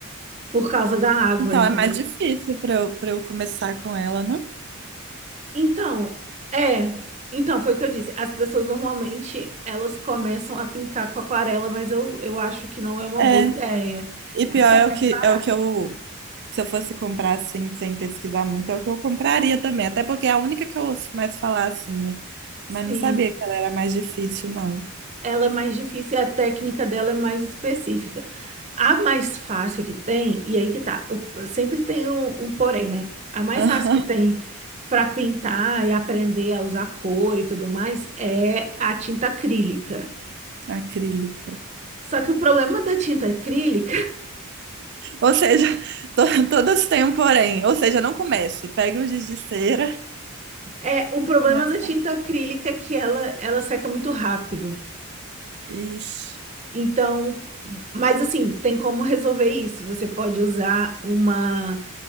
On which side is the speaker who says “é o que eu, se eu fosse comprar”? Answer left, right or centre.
Right